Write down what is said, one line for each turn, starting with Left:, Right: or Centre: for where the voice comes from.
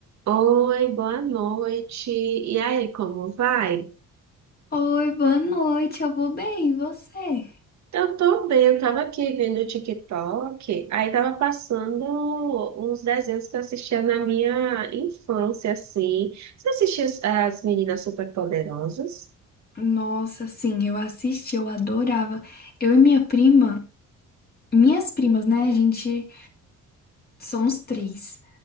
Right: Oi, boa noite. E aí, como vai?
Left: Oi, boa noite, eu vou bem, e você?
Right: Eu tô bem, eu tava aqui vendo o TikTok, aí tava passando uns desenhos que eu assistia na minha infância, assim. Você assistia as as Meninas Superpoderosas?
Left: Nossa, sim, eu assisti, eu adorava. Eu e minha prima, minhas primas, né? A gente somos três.